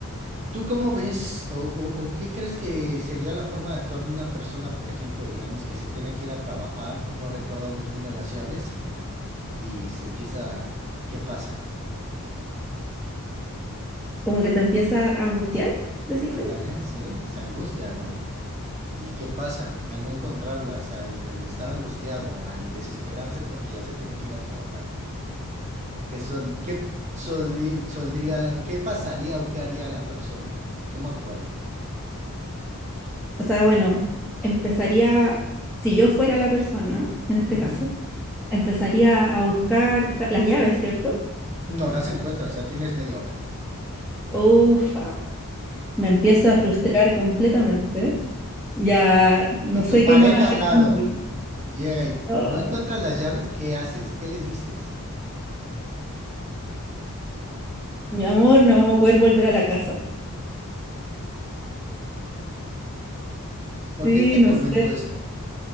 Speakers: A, on the right; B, in the centre.
A: ¿Tú cómo ves o, o- o qué crees que sería la forma de actuar de una persona, por ejemplo, digamos que se tiene que ir a trabajar, no recuerda dónde tiene las llaves y se empieza... ¿Qué pasa?
B: como que te empieza a angustiar, decís
A: Ándale,
B: tú.
A: sí, se angustia, ¿no? ¿Y qué pasa? Al no encontrarlas, al, al estar angustiado, al desesperarse porque ya se tiene que ir a trabajar. ¿Qué, sol, qué, soli- soldría, qué pasaría o qué haría la persona? ¿Cómo actuaría?
B: O sea, bueno, empezaría, si yo fuera la persona, en este
A: Ujú.
B: caso. Empezaría a buscar esta- las llaves, ¿cierto?
A: No las encuentras, ya tienes media hora.
B: Ufa, me empiezo a frustrar completamente. Ya no
A: Y tu
B: sé
A: pareja
B: qué más hacer
A: al lado
B: con mi vida.
A: llega y
B: Oh,
A: no encuentras las llaves, ¿qué haces? ¿Qué le dices?
B: mi amor, no vamos a poder volver a la casa.
A: ¿Por
B: Sí,
A: qué te
B: no
A: comento
B: sé.
A: esto?